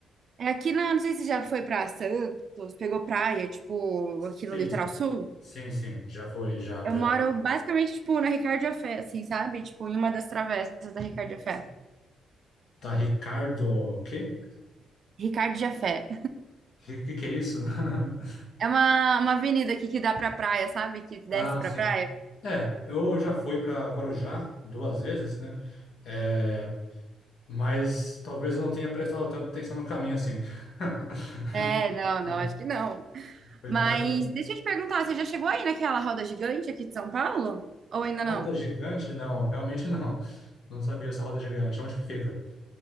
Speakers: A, on the right (about 50°); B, on the left (about 60°).
A: É aqui na, não sei se já foi pra Santos, pegou praia, tipo,
B: Sim,
A: aqui no litoral
B: sim.
A: sul.
B: Sim, sim. Já foi, já para.
A: Eu moro basicamente, tipo, na Ricardo Jafé, assim, sabe? Tipo, em uma das travessas da Ricardo Jafé.
B: Tá Ricardo, o quê?
A: Ricardo Jafé.
B: Que que, que é isso? <laughs>
A: É uma, uma avenida aqui que dá pra praia, sabe? Que desce
B: Ah,
A: pra
B: sim.
A: praia.
B: É, eu já fui para Guarujá duas vezes, né? É, mas talvez eu não tenha prestado tanta atenção no caminho assim. <laughs>
A: É, não, não,
B: Não,
A: acho que não.
B: foi
A: Mas
B: mais por
A: deixa eu te perguntar, você já chegou aí naquela roda gigante aqui de São Paulo? Ou ainda
B: roda
A: não?
B: gigante? Não, realmente não. Não sabia essa roda gigante. Onde que fica?